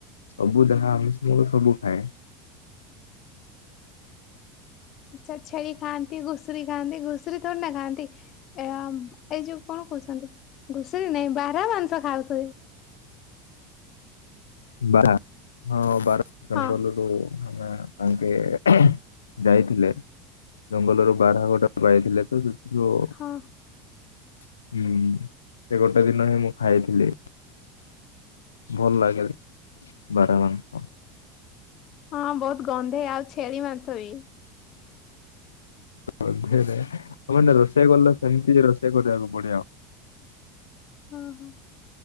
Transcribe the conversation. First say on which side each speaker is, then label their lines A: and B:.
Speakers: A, on the left; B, on the left.
A: ସବୁ ଯାହା ଆମିଷ ମୁଁ ସବୁ ଖାଏ।
B: ଆଚ୍ଛା ଛେଳି ଖାଆନ୍ତି, ଘୁସୁରି ଖାନ୍ତି, ଘୁସୁରି ଥୋଡି ନା ଖାନ୍ତି। ଏହା ଏଇ ଯୋଉ କଣ କହୁଛନ୍ତି ଘୁଷୁରି ନାଇଁ ବାରହା ମାଂସ ଖାଉଥିବେ।
A: ବାର୍ହା ହଁ ବର୍ହା ଜଙ୍ଗଲରୁ
B: ହଁ
A: ଆମେ <unintelligible> ଯାଇଥିଲେ। ଜଙ୍ଗଲରୁ ବାର୍ହା ଗୋଟା ପାଇଥିଲେ ତ ସେଥିରୁ ହୁଁ
B: ହଁ
A: ସେ ଗୋଟେ ଦିନ ହିଁ ମୁଁ ଖାଇଥିଲି। ଭଲ ଲାଗେ ବାର୍ହା ମାଂସ।
B: ହଁ ବହୁତ ଗନ୍ଧେ ଆଉ ଛେଳି ମାଂସ ବି।
A: ଗନ୍ଧେରେ ତମେ ନା ରୋଷେଇ କଲେ ସେମିତି ରୋଷେଇ କରିବାକୁ ପଡିବ।
B: ହଁ ହଁ।